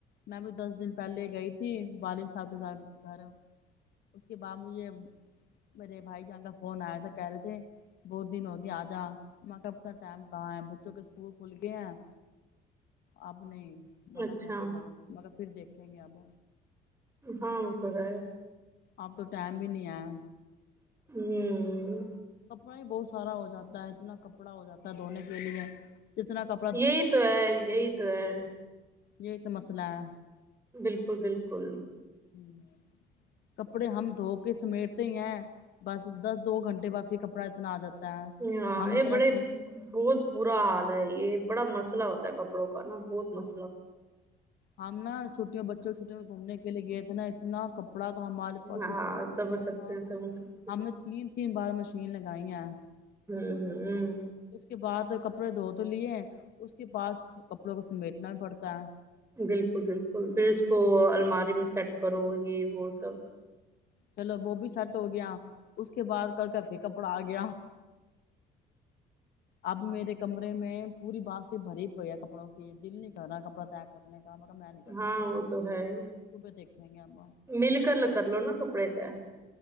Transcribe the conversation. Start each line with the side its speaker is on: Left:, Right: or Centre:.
Left: میں بھی دس دن پہلے گئی تھی والد صاحب کے ساتھ گھر اس کے بعد مجھے میرے بھائی جان کا فون آیا تھا کہہ رہے تھے بہت دن ہوگیا آ جا ماں کب تک ٹائم کہاں ہے بچوں کے اسکول کھل گئے ہیں اب نہیں منع
Right: اچھا
Left: کر
Right: ہاں
Left: دیا مگر پھر دیکھیں گے اب
Right: ہاں وہ تو ہے
Left: اب تو ٹائم بھی نہیں آیا
Right: ہوں
Left: کپڑا ہی بہت سارا ہو جاتا ہے اتنا کپڑا ہو جاتا ہے دھونے کے لیے جتنا کپ
Right: یہی تو ہے یہی تو ہے
Left: یہی تو مسئلہ ہے
Right: بالکل بالکل
Left: ہم کپڑے ہم دھو کے سمیٹتے ہی ہیں بس دس دو گھنٹے بعپ کپڑا اتنا آ جاتا ہے
Right: ہاں
Left: ہم
Right: یہ
Left: ذرا
Right: بڑے
Left: گھومنے
Right: بہت برا حال ہے یہ بڑا مسئلہ ہوتا ہے کپڑوں کا نا بہت مس
Left: ہم نا چھوٹیوں بچوں چھوٹیوں میں گھومنے کے لیے گئے تھے نا اتنا کپ کپڑا تھا ہمارے پاس
Right: ہاں
Left: اتنا
Right: سمجھ
Left: کپڑا
Right: سکتے
Left: تھا
Right: ہیں سمجھ سکتے ہیں
Left: ہم نے تین تین بار مشین لگائی ہیں
Right: ہم ہم
Left: اس کے بعد کپڑے دھو تو لیے ہیں اس کے پعس کپڑوں کو سمیٹنا پڑتا ہے
Right: بالکل بالکل پھر اس کو الماری میں سیٹ کرو یہ وہ سب
Left: چلو وہ بھی سیٹ ہو گیا اس کے بعد کل کا پھر کپڑا آ گیا
Right: <inaudible>
Left: اب میرے کمرے میں پوری بانس کے بھری پڑی ہے کپڑوں کی دل نہیں کر رہا کپڑا تے اب پڑے ہیں کپڑے میں نہیں کرتی
Right: ہاں
Left: پڑے
Right: وہ
Left: رہنے
Right: تو
Left: دو
Right: ہے ہی،
Left: صبح دیکھیں گے آب
Right: مل کر کر لو نا کپڑے تے